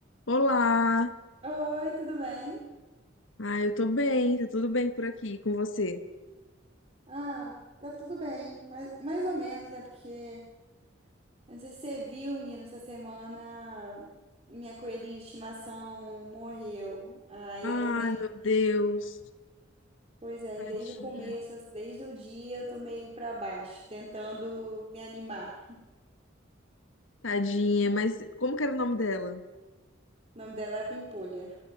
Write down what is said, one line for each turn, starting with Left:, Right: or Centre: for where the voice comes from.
Left: Olá!
Right: Oi, tudo bem?
Left: Ah, eu tô bem, tá tudo bem por aqui com você?
Right: Ah, tá tudo bem, mas mais ou menos, né? Porque não sei se você viu, menina, essa semana minha coelhinha de estimação morreu. Aí
Left: Ai,
Right: eu tô meio,
Left: meu Deus,
Right: pois é,
Left: tadinha,
Right: e desde o começo, desde o dia eu tô meio pra baixo, tentando me animar.
Left: tadinha, mas como que era o nome dela?
Right: O nome dela era Pimpolha.